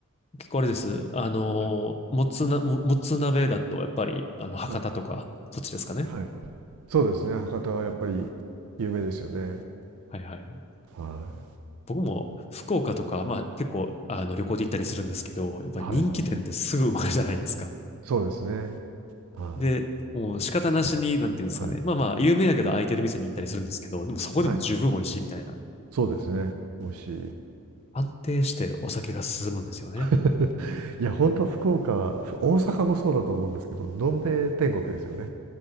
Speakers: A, on the left; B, on the right.
A: 結構あれです。あの、
B: はい、
A: もつな、ももつ鍋だとやっぱり、あの、博多とか、
B: はい、
A: そっちですかね。
B: はい。そうですね。博多はやっぱり有名ですよね。
A: はいはいはい。
B: はい。
A: 僕も福岡とか、まあ結構あの旅行で行ったりするんですけど、やっぱり人気店ってすぐ埋まるじゃないですか。
B: はい。そうですね。は
A: で、もう仕方なしに、なんていうんですかね。
B: い。はい。
A: まあまあ、有名やけど空いてる店に行ったりするんですけど、でもそこでも十分美味しいみたいな。
B: はい。そうですね。美味しい。
A: 安定してお酒が進むんですよね。
B: <laughs> いや、ほんと福岡、ふ大阪もそうだと思うんですけど、のんべえ天国ですよね。